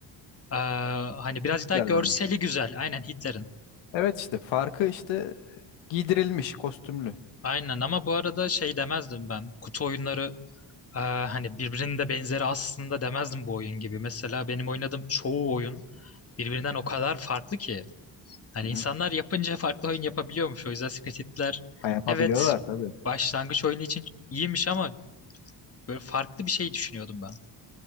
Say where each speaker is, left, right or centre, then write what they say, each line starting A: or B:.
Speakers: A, on the left; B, on the left.
A: Aa, hani birazcık
B: Hitler'den.
A: daha görseli
B: mi?
A: güzel. Aynen Hitler'in.
B: Evet işte farkı işte giydirilmiş, kostümlü.
A: Aynen ama bu arada şey demezdim ben. Kutu oyunları e, hani birbirinin de benzeri aslında demezdim bu oyun gibi. Mesela benim oynadığım çoğu oyun birbirinden o kadar farklı ki. Hani
B: Hı hı.
A: insanlar yapınca farklı oyun yapabiliyormuş. O yüzden Secret Hitler
B: Ha, yapabiliyorlar
A: evet
B: tabii.
A: başlangıç oyunu için iyiymiş ama böyle farklı bir şey düşünüyordum ben.